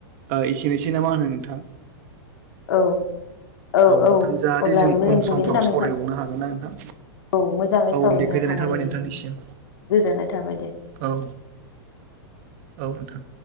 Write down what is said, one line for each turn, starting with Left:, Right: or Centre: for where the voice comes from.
Right: ओ एसेनोसै नामा होनो नोंथां।
Left: औ औ
Right: नोंथां
Left: औ
Right: जाहाथे
Left: अब्ला
Right: जों
Left: बेयावनो
Right: उन
Left: थुंगेनिसै
Right: समफ्राव
Left: नामा
Right: सावरायबावनो
Left: नोंथां
Right: हागोन ना नोंथां
Left: औ मोज मोजाङै
Right: औ
Left: सावैनो
Right: दे गोजोननाय
Left: हाबावाय
Right: थाबाय नोंथांनिसिम
Left: बायदि गोजोननाय थाबाय दे
Right: औ औ नोंथां